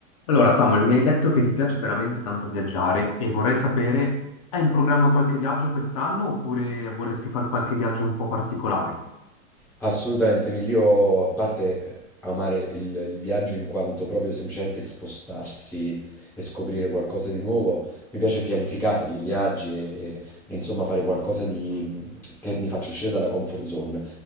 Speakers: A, on the left (about 25°); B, in the centre.
A: Allora, Samuel, mi hai detto che ti piace veramente tanto viaggiare e vorrei sapere, hai in programma qualche viaggio quest'anno oppure vorresti fare qualche viaggio un po' particolare?
B: Assolutamente, Emilio, a parte amare il, il viaggio in quanto proprio semplicemente spostarsi e scoprire qualcosa di nuovo, mi piace pianificarli, i viaggi e, e- e insomma fare qualcosa di, che mi faccia uscire dalla comfort zone.